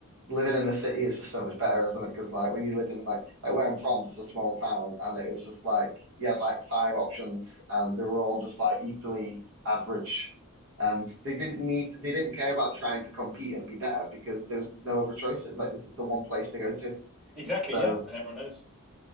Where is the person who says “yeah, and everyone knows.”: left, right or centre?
Centre